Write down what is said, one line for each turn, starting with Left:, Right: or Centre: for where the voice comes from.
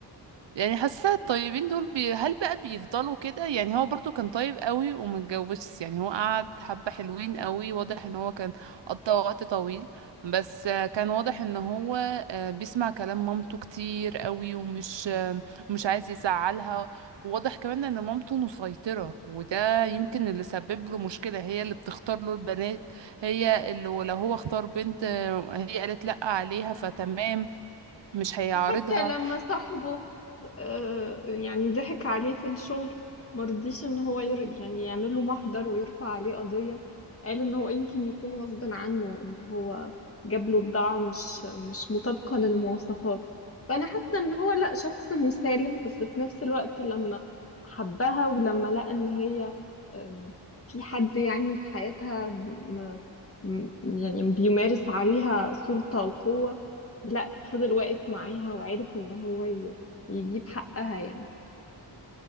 Right: يعني حاسه الطيبين دول بي... هل بقى بيفضلوا كده يعني هو برضو كان طيب قوي وما اتجوزش يعني هو قعد حبه حلوين قوي واضح ان هو كان قضى وقت طويل بس آه، كان واضح ان هو آه، بيسمع كلام مامته كتير قوي ومش آه، مش عايز يزعلها وواضح كمان ان مامته مسيطره وده يمكن اللي سبب له مشكله هي اللي بتختار له البنات هي اللي لو هو اختار بنت آه، هي قالت لا عليها فتمام مش هيعارضها
Left: وحتى لما صاحبه آه، يعني ضحك عليه في الشغل مرضيش ان هو ير... يعني يعمل له محضر ويرفع عليه قضية قال ان هو يمكن يكون غصب عنه ان هو جاب له بضاعة مش مش مطابقة للمواصفات فانا حاسة ان هو لا شخص مسالم بس في نفس الوقت لما حبها ولما لقى ان هي آم، في حد يعني في حياتها م... م- يعني بيمارس عليها سلطة وقوة لا فضل واقف معاها وعرف ان هو ي- يجيب حقها يعني